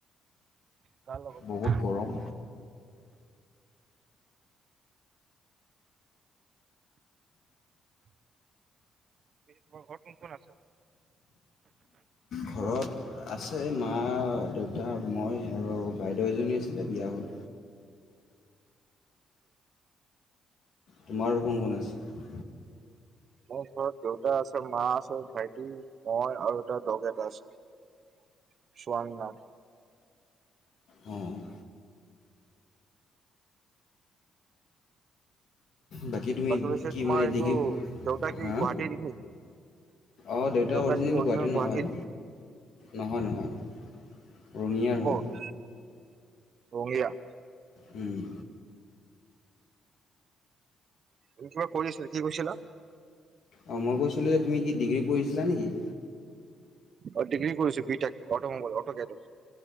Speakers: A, on the right; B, on the left.
A: কাল লগবত
B: বহুত গৰম
A: তমাৰ ঘৰ কোন কোন আছে।
B: ঘৰত আছে মা দেউতা মই আৰু বাইদেউ দুয়জনী আছিলে বিয়া হ'ল তোমাৰো কোন কোন আছে।
A: মোৰ ঘৰত দেউতা আছে মা আছে ভাইটি মই আৰু গেত আছে সোৱং নথ
B: অ', বাকী তুমি
A: পিছে
B: কি
A: তোমাৰ
B: মানে
A: এইটো
B: দেগি
A: দেউতা কি
B: হা
A: গুৱাহাটীৰ নেকি?
B: অ', দেউোতা
A: দেউতা
B: অৰিজিনেল
A: কি
B: গুৱাহাটীৰ
A: গুৱাহাটীত
B: নহয়। নহয়, নহয়, ৰঙিয়াৰ হয়।
A: ক'ত ৰঙিয়া
B: উম',
A: <unintelligible> কিবা কৰি আছিলা কি কৰিছিলা?
B: অ', মই কৈছিলোঁ যে তুমি কি ডিগ্ৰী কৰিছিলা নেকি?
A: আৰু ডিগ্ৰী কৰিছে বিটেক অটমোবাইল অট কেট